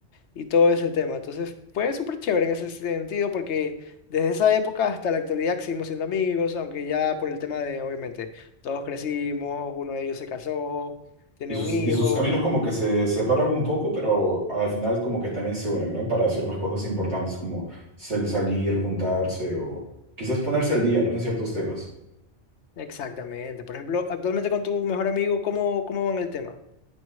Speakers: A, on the left; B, on the right.
A: y todo ese tema. Entonces fue súper chévere en ese sentido, porque desde esa época hasta la actualidad seguimos siendo amigos, aunque ya por el tema de, obviamente, todos crecimos, uno de ellos se casó, tiene
B: Y sus,
A: un hijo.
B: y sus caminos como que se separan un poco, pero al final como que también se unen, ¿no? Para ciertas cosas importantes como sal- salir, juntarse o quizás ponerse al día, ¿no? En ciertos temas.
A: Exactamente. Por ejemplo, actualmente con tu mejor amigo, ¿cómo, cómo van el tema?